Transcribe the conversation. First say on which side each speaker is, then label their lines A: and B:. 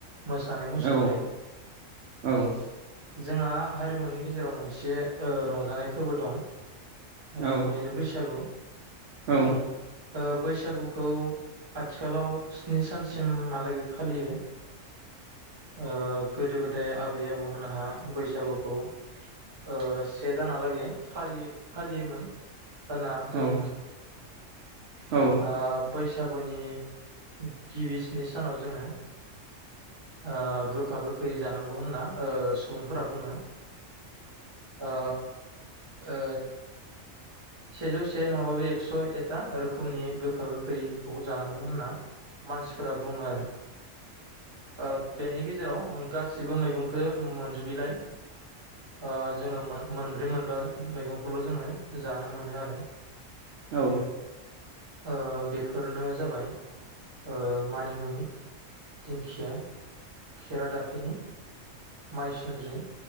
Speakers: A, on the right; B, on the right.
A: मोसानाय मुसुरनाय।
B: औ औ
A: जोंहा हारिमुनि गेजेराव मोनसे रंजानाय फोरबो दं। ओ
B: औ
A: बेनो बैसागु।
B: औ
A: ओ बैसागुखौ आथिखालाव स्नि सानसिमहालागै फालियो। ओ गोदो गोदाय आबै आबौमोनहा बैसागुखौ ओ से दानालागै फालि-फालियोमोन होनना
B: नोंथां
A: जों
B: ओ
A: आ बै सागुनि गिबि सिनि सानाव जोङो ओ गोखा गोखै जानांगौ होनना ओ बुंफोरा बुङो। ओ ऐ सेजौ से नङाबाबो एकस' एथा रोखोमनि गोखा गोखैखौ जानांगौ होनना मानसिफोरा बुङो आरो आ बेनि ग जेराव गासिबो मैगंखो मोनजोबिलाय ओ जोङो मोनदों मोनबा मैगंखौल' जोङो जानो मोनो आरो
B: औ
A: ओ बेफोरनो जाबाय ओ मानिमुनि दिंखिया खेरादाफिनि माइसन्द्रि